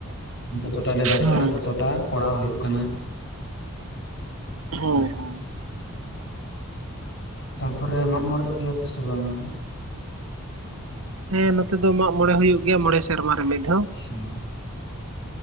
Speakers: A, on the left; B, on the right.
A: ᱡᱚᱛᱚᱴᱟ ᱞᱮ ᱫᱟᱨᱮᱜ
B: ᱦᱳᱭ
A: ᱠᱟᱱᱟ ᱛᱚᱛᱚᱴᱟ ᱠᱚᱨᱟᱣ ᱦᱩᱭᱩᱜ ᱠᱟᱱᱟ
B: ᱦᱳᱭ
A: <unintelligible>
B: ᱦᱳᱭ
A: ᱛᱟ ᱯᱚᱨᱮ ᱢᱟᱜ ᱢᱚᱬᱮᱜ ᱜᱮᱭᱟ ᱯᱮ ᱥᱮ ᱵᱟᱝ ᱟᱯᱮ
B: ᱦᱮᱸ ᱱᱚᱛᱮ ᱫᱚ ᱢᱟᱜ ᱢᱚᱬᱮ ᱦᱩᱭᱩᱜ ᱜᱮᱭᱟ ᱢᱚᱬᱮ ᱥᱮᱨᱢᱟ ᱨᱮ ᱢᱤᱫ ᱫᱷᱟᱣ
A: <unintelligible>